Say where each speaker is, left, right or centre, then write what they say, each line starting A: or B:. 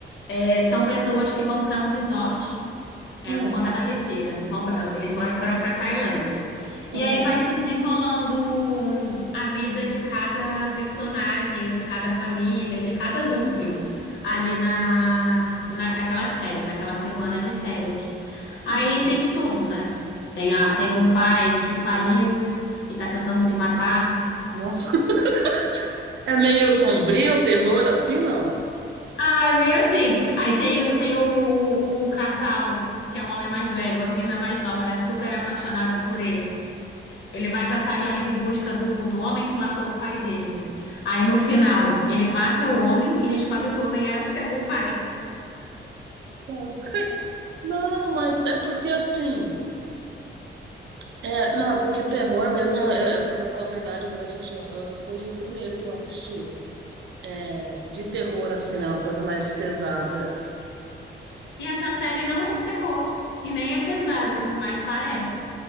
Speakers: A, on the left; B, on the right.
A: É, são pessoas que vão para um resort. É,
B: Hum,
A: eu vou contar da terceira. Vão pra- eles foram foram para Tailândia. E
B: aham,
A: aí vai se desenrolando hum, a vida de cada personagem, de cada família, de cada núcleo ali na, na- naquelas férias, naquela semana de férias. Aí
B: uhum.
A: tem de tudo, né? Tem, a, tem o pai que faliu e tá tentando se matar.
B: Nossa. <laughs> É meio sombrio, terror, assim, não?
A: Ah, é meio assim. Aí tem, tem o- o- um casal, que é um homem mais velho, uma menina mais nova, ela é super apaixonada por ele. Ele vai para Tailândia em busca do, do homem que matou o pai dele. Aí no final, ele mata o homem e descobre que o homem era o, fi- o pai.
B: Tá. Não, mas é porque assim. É, não, é porque terror mesmo, é, é, pra falar a verdade, o The Last of Us foi o primeiro que eu assisti. É, de terror, assim, né? Uma coisa mais pesada.
A: E essa série não é de terror e nem é pesada, mas parece.